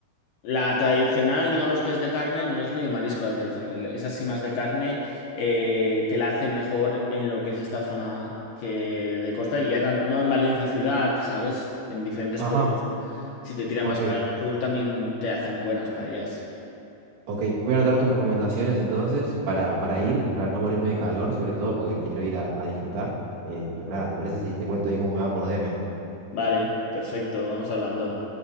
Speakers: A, on the left; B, on the right.
A: La tradicional, digamos que es de carne, no es ni de marisco la tradicional. Es así más de carne, eh, te la hacen mejor en lo que es esta zona que de costa y ya tan- no en Valencia ciudad, ¿sabes? En diferentes
B: Ajá,
A: pueblos. Si te tiran
B: ok,
A: más para el sur, también te hacen buenas paellas.
B: ok. Voy a anotar tus recomendaciones entonces para, para ir y para no morirme de calor, sobre todo porque quiero ir a, a disfrutar. Eh, pero nada, ¿te parece si te cuento ahí cómo me va por DM?
A: Vale, perfecto, vamos hablando.